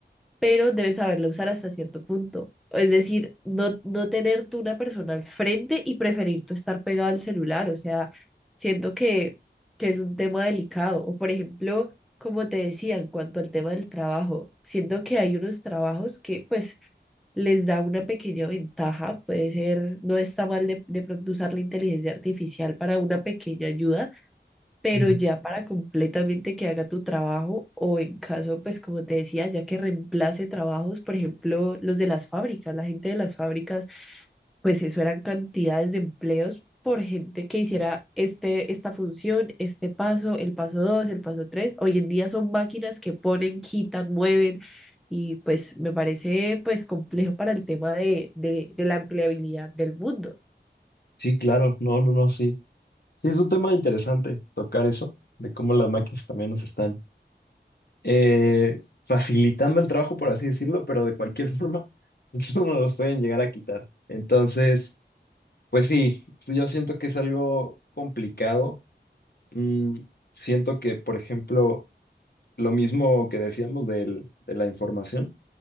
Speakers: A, in the centre; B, on the left (about 60°).
A: pero debes saberlo usar hasta cierto punto. Es decir, no, no tener tú una persona al frente y preferir tú estar pegado al celular. O sea, siento que, que es un tema delicado. O por ejemplo, como te decía, en cuanto al tema del trabajo, siento que hay unos trabajos que pues les da una pequeña ventaja, puede ser, no está mal de, de pronto usar la inteligencia artificial para una pequeña ayuda, pero
B: Ujú.
A: ya para completamente que haga tu trabajo o en caso, pues como te decía, ya que reemplace trabajos, por ejemplo, los de las fábricas, la gente de las fábricas, pues eso eran cantidades de empleos por gente que hiciera este, esta función, este paso, el paso dos el paso tres Hoy en día son máquinas que ponen, quitan, mueven y pues me parece pues complejo para el tema de, de, de la empleabilidad del mundo.
B: Sí, claro, no, no, no, sí. Sí, es un tema interesante tocar eso, de cómo las máquinas también nos están eh, facilitando el trabajo, por así decirlo, pero de cualquier <laughs> forma, incluso nos los pueden llegar a quitar. Entonces, pues sí, yo siento que es algo complicado. Mm, siento que, por ejemplo, lo mismo que decíamos del- de la información,